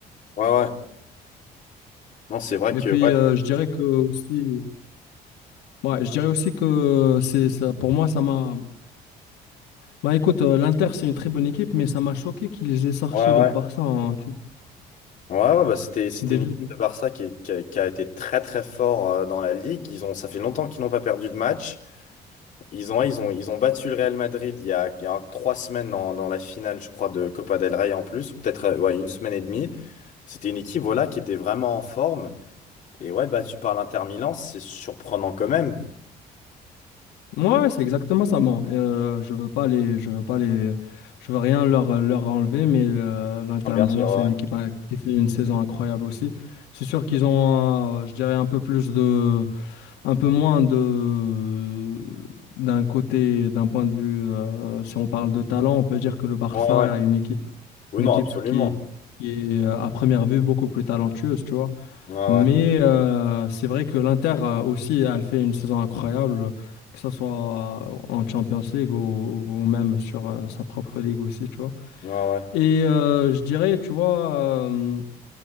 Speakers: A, on the left; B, on the left.
A: Ouais, ouais. Non, c'est vrai
B: Et
A: que
B: puis,
A: ouais,
B: euh, je dirais que aussi, ouais, je dirais aussi que c'est ça, pour moi, ça m'a. Bah écoute, euh, l'Inter, c'est une très bonne équipe, mais ça m'a choqué qu'ils aient sorti
A: ouais,
B: le
A: ouais.
B: Barça en tout-
A: Ouais, ouais, bah c'était, c'était
B: déjà.
A: une équipe de Barça qui, est- qui a, qui a été très très fort euh, dans la ligue. Ils ont, ça fait longtemps qu'ils n'ont pas perdu de match. Ils ont, ils ont, ils ont battu le Real Madrid il y a, il y a trois semaines dans, dans la finale, je crois, de Copa del Rey en plus, ou peut-être euh, ouais, une semaine et demie. C'était une équipe voilà, qui était vraiment en forme. Et ouais, battu par l'Inter Milan, c'est surprenant quand même.
B: Ouais, c'est exactement ça. Bon, Et, euh, je veux pas les, je veux pas les, je veux rien leur, leur enlever, mais euh, l'Inter
A: Ah, Bien
B: Milan,
A: sûr,
B: c'est
A: ouais.
B: une équipe hein, qui fait une saison incroyable aussi. C'est sûr qu'ils ont, euh, je dirais, un peu plus de un peu moins de d'un côté, d'un point de vue, euh, si on parle de talent, on peut dire que le Barça
A: Ouais, ouais.
B: a une équipe,
A: Oui,
B: une
A: non,
B: équipe
A: absolument.
B: qui, qui est euh, à première vue beaucoup plus talentueuse, tu vois.
A: Ouais,
B: Mais
A: ouais.
B: euh, c'est vrai que l'Inter euh, aussi, elle fait une saison incroyable, que ce soit en Champions League ou, ou même sur euh, sa propre ligue aussi, tu vois.
A: Ouais, ouais.
B: Et euh, je dirais, tu vois, euh,